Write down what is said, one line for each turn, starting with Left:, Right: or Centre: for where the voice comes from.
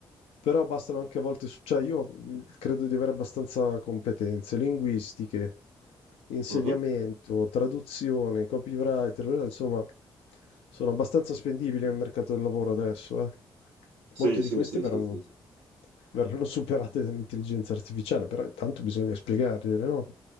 Left: Però bastano anche a volte, s- cioè io mh, credo di avere abbastanza competenze linguistiche, insegnamento,
Right: mhm.
Left: traduzione, copywriter, eh, insomma, sono abbastanza spendibili nel mercato del lavoro adesso, eh.
Right: Sì,
Left: Molte di
Right: sì,
Left: queste
Right: sì,
Left: verranno,
Right: sì, sì,
Left: verranno superate dall'intelligenza artificiale, però intanto bisogna spiegargliele, no?